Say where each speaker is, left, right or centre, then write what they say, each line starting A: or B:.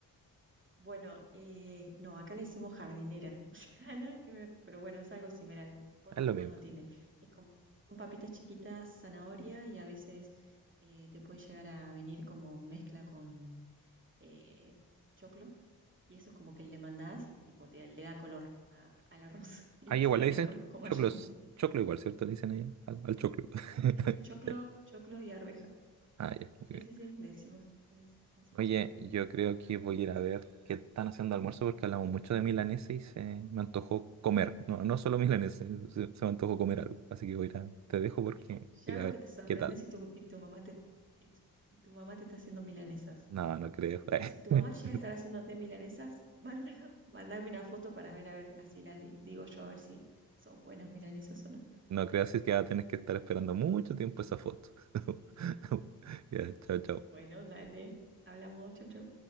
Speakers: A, on the right (about 30°); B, on the right (about 45°).
A: bueno, eh, no, acá le decimos jardinera, <laughs> o sea, nada que ver, pero bueno, es algo similar. Y poroto
B: Es lo
A: igual
B: mismo.
A: no tiene, es como, son papitas chiquitas, zanahoria y a veces eh, te puede llegar a venir como mezcla con eh, choclo y eso es como que le mandás y tipo te le da color a- al arroz <laughs> y
B: Ahí
A: qué
B: igual le
A: rico
B: dicen
A: con
B: choclos.
A: mayonesa.
B: Choclo igual, ¿cierto? Le dicen allá al, al choclo. <laughs>
A: Sí, choclo,
B: Sí.
A: choclo y arveja.
B: Ah, ya, muy
A: Sí,
B: bien.
A: sí, sí, le decimos, le dec- le decimos
B: Oye,
A: igual.
B: yo creo que voy a ir a ver qué están haciendo de almuerzo porque hablamos mucho de milanesa y se me antojó comer. No, no solo milanesa, se, se me antojó comer algo. Así que voy a ir a, te dejo porque
A: Bien.
B: voy
A: Ya
B: a ir
A: veo
B: a ver
A: que te sorprendes
B: qué tal.
A: y tu, y tu mamá te y, tu y tu mamá te está haciendo milanesas.
B: No, no creo.
A: Si, te-
B: <laughs>
A: si tu mamá llega a estar haciéndote milanesas, manda, <laughs> mandame una foto para ver, a ver, así las di- digo yo, a ver si son buenas milanesas o no.
B: No creo, así que va a tener que estar esperando mucho tiempo esa foto. <laughs> Ya, chao, chao.
A: Bueno, dale, hablamos, chau, chau.